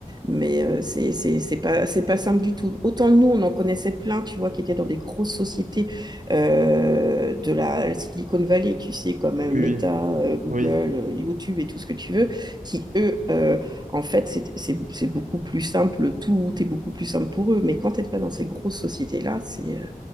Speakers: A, on the right (about 30°); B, on the right (about 65°).
A: mais euh, c'est, c'est, c'est pas, c'est pas simple du tout. Autant nous, on en connaissait plein, tu vois, qui étaient dans des grosses sociétés euh, de la Silicon Valley, tu sais, comme euh,
B: Oui,
A: Meta,
B: oui,
A: euh, Google,
B: oui.
A: euh, YouTube et tout ce que tu veux, qui, eux, euh, en fait, c'est c'est- c'est beaucoup plus simple, tout est beaucoup plus simple pour eux. Mais quand t'es pas dans ces grosses sociétés-là, c'est euh,